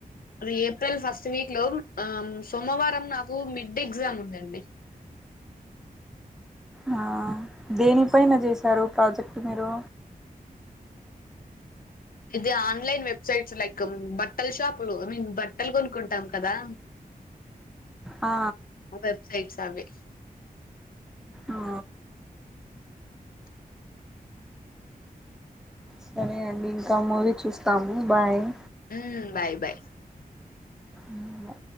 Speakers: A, on the left (about 70°); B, in the centre.
A: అది ఏప్రిల్ ఫస్ట్ వీక్ లో అ సోమవారం నాకు మిడ్డే ఎగ్జామ్ ఉందండి
B: అహా దేని పైన చేసారు ప్రాజెక్ట్ మీరు
A: ఇది ఆన్లైన్ వెబ్సైట్స్ లెక్క బట్టల షాపులు మీన్ బట్టలు కొనుకుంటాం కదా
B: ఆ
A: ఆ వెబ్సైట్స్ అవి
B: ఆ
A: <unintelligible>
B: సరే అండి ఇంకా మూవీ చూస్తాము బాయ్
A: హు బాయ్ బాయ్
B: హు బాయ్